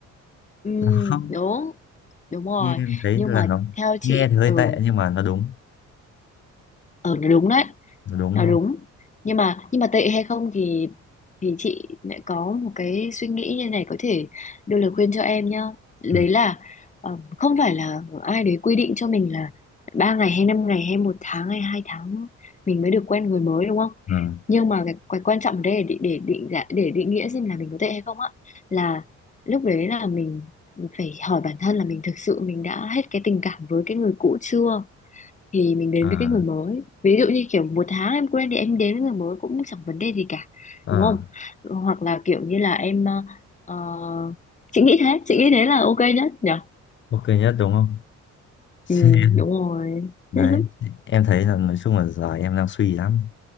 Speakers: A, on the left; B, on the left.
A: ừ,
B: nó không
A: đúng đúng rồi
B: như em thấy
A: nhưng
B: là
A: mà
B: nó
A: theo chị
B: nghe thì hơi
A: ừ,
B: tệ nhưng mà nó đúng
A: ừ đúng đấy
B: nó đúng
A: là
B: luôn
A: đúng nhưng mà nhưng mà tệ hay không thì thì chị lại có một cái suy nghĩ như này có thể đưa lời khuyên cho em nhá đấy
B: ừ.
A: là ờ, không phải là ai đấy quy định cho mình là ba ngày hay năm ngày hay một tháng hay hai tháng mình mới được quen người mới đúng không
B: à
A: nhưng mà cái, cái quan trọng ở đây để để định giá để định nghĩa xem là mình có tệ hay không á là lúc đấy là mình phải hỏi bản thân là mình thực sự mình đã hết cái tình cảm với cái người cũ chưa thì mình đến
B: à.
A: với cái người mới ví dụ như kiểu một tháng em quen thì em đến với người mới cũng chẳng vấn đề gì cả
B: Ờ,
A: đúng không hoặc là kiểu như là em ờ, ờ, chị nghĩ thế chị nghĩ thế là ok nhất nhở
B: ok nhất đúng không? <laughs>
A: ừ, đúng rồi
B: Đấy,
A: <laughs>
B: em thấy là nói chung là giờ em đang suy lắm.